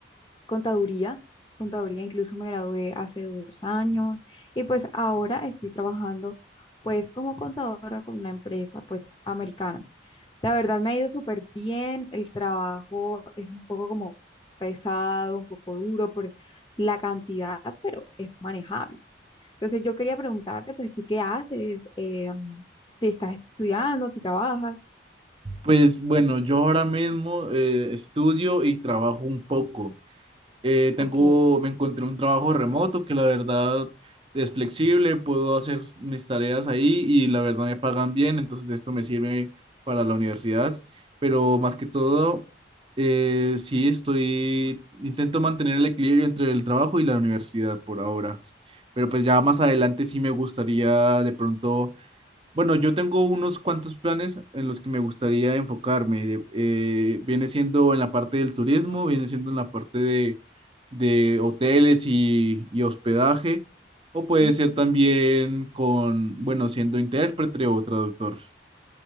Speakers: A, on the left; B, on the right.
A: contaduría, contaduría incluso me gradué hace dos años y pues ahora estoy trabajando pues como contadora con una empresa pues americana. La verdad me ha ido súper bien, el trabajo es un poco como pesado, un poco duro por la cantidad, pero es manejable. Entonces yo quería preguntarte, pues, ¿tú qué haces? Eh, mm, ¿te estás estudiando, si trabajas?
B: Pues bueno, yo ahora mismo eh, estudio y trabajo un poco. Eh, tengo,
A: Ok.
B: me encontré un trabajo remoto que la verdad es flexible, puedo hacer mis tareas ahí y la verdad me pagan bien, entonces esto me sirve para la universidad. Pero más que todo, eh, sí estoy, intento mantener el equilibrio entre el trabajo y la universidad por ahora. Pero pues ya más adelante sí me gustaría de pronto Bueno, yo tengo unos cuantos planes en los que me gustaría enfocarme. de- eh, viene siendo en la parte del turismo, viene siendo en la parte de, de hoteles y, y hospedaje, o puede
A: Mm.
B: ser también con, bueno, siendo intérprete o traductor.